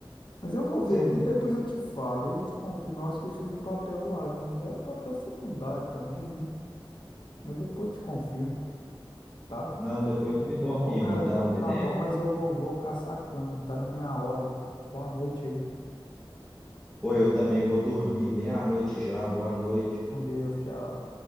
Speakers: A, on the left; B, in the centre.
A: Mas eu vou ver
B: Você
A: aqui,
B: não...
A: depois eu te falo, eu te confirmo. Eu acho que ele fez um papel lá, viu? Era papel secundário também, né? Mas depois eu te confirmo, tá?
B: não, depois você me confirma,
A: Ô, cara,
B: então,
A: o papo
B: beleza?
A: tá bom, mas eu vou, vou caçar a cama, tá na minha hora. Boa noite aí,
B: Ou eu também vou dormir meia-noite já. Boa noite.
A: com Deus, tchau.